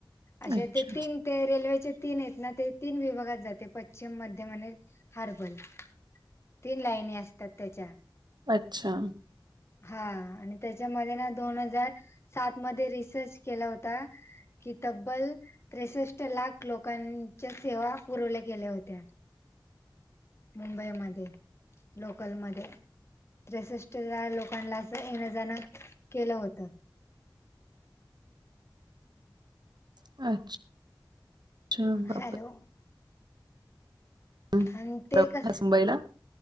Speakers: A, on the left; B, on the right.
A: अशां
B: अच्छा
A: ते तीन, ते रेल्वेचे तीन आहेत ना, ते तीन विभागात जाते पश्चिम मध्ये टेमने हार्बल, तीन लाईनी असतात त्याच्या
B: अच्छा!
A: हा, आणि त्याच्यामध्ये ना दोन हजार सात मध्ये रिसर्च केला होता. की तब्बल त्रेसष्ट लाख लोकांच्या सेवा पुरवल्या, गेल्या होत्या. मुंबईमध्ये, लोकलमध्ये त्रेसष्ट ला लोक पनला असं येण्यांजणं केलं होतं.
B: अच्छ, अच्छा! बापरे!
A: हॅलो
B: हम्म.
A: आणि ते
B: प्रवास
A: कस
B: मुंबईला